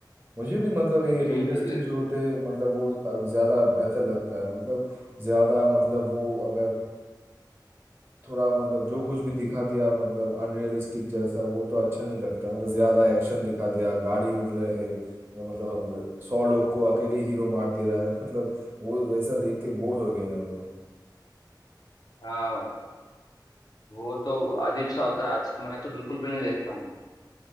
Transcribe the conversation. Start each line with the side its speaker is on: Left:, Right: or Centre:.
Right: मुझे भी मतलब ये
Left: इनकी
Right: रियलिस्टिक
Left: मूवीज
Right: जो होते हैं मतलब वो अब ज्यादा बेहतर लगता है मतलब ज्यादा मतलब वो अगर थोड़ा मतलब जो कुछ भी दिखा दिया मतलब अनरियलिस्टिक जैसा वो तो अच्छा नहीं लगता मतलब ज्यादा एक्शन दिखा दिया गाड़ी उड़ रहे है मतलब अब सौ लोग को अकेले हीरो मार दे रहा है <laughs> मतलब वो वैसा देख के बोर हो गए हमें
Left: हाँ भाई, वो तो अजीब सा होता है आज मैं तो बिल्कुल भी नहीं देखता हूँ